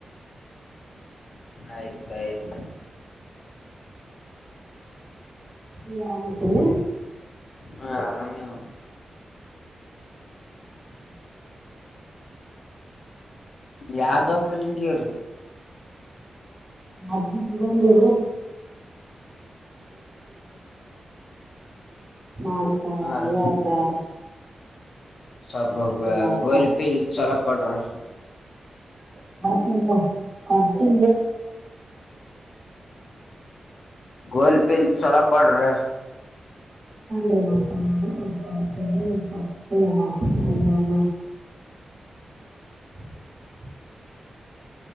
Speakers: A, on the left (about 55°); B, on the right (about 40°).
A: ಆಯ್ತ ಆಯ್ತ
B: ನೀವ್ ಆರಾಮಿದ್ರಿ
A: ಹಾ ಆರಾಮವಿ ಅಮ್ಮ ಯಾವ ದವಕಾನಿಗ ಇರಾ
B: <inaudible> <unintelligible> ಮಾಡಪ
A: ಹಾ ರೀ
B: ಹೇಳ್ತಾರೆ
A: ಸ್ವಲ್ಪ
B: ಹೇಳ್ತಾ
A: ಗೋಲಿಪಿಲಿ ಚೋಲಾ ಕೊಡ್ರರಿ
B: <inaudible> <unintelligible> <inaudible> ಮಕಂದನ್
A: ಗೋಲ್ ಪೀಲ್ ಚೊಲೋ ಕೊಡ್ರಿ
B: ರಿ ಮಕಂದನ್ <inaudible> ಹ್ಮ ಹ <unintelligible> <inaudible>